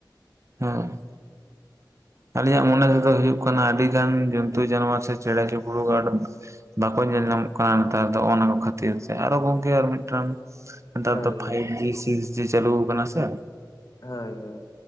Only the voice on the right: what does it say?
ᱦᱮᱸ ᱟ. ᱞᱤᱧᱟᱜ ᱢᱚᱱᱮ ᱛᱮ ᱫᱚ ᱦᱩᱭᱩᱜ ᱠᱟᱱᱟ, ᱟᱰᱤ ᱜᱟᱱ ᱡᱚᱱᱛᱩ ᱡᱟᱱᱣᱟᱨ ᱪᱮᱬᱮ ᱪᱤᱯᱨᱩ ᱠᱟᱴ ᱵᱟᱠᱚ ᱧᱮᱞ ᱧᱟᱢᱚᱜ ᱠᱟᱱᱟ ᱱᱮᱛᱟᱨ ᱫᱚ ᱚᱱᱟ ᱠᱷᱟᱹᱛᱤᱨ ᱛᱮ ᱟᱨᱚ ᱜᱚᱢᱠᱮ ᱟᱨ ᱢᱤᱫ ᱴᱟ. ᱱ ᱱᱮᱛᱟᱨ
ᱫᱚ ᱯᱷᱟᱭᱤᱵᱷ
ᱡᱤ ᱥᱤᱠᱥ ᱡᱤ ᱪᱟᱹᱞᱩ ᱟᱠᱟᱱᱟ ᱥᱮ,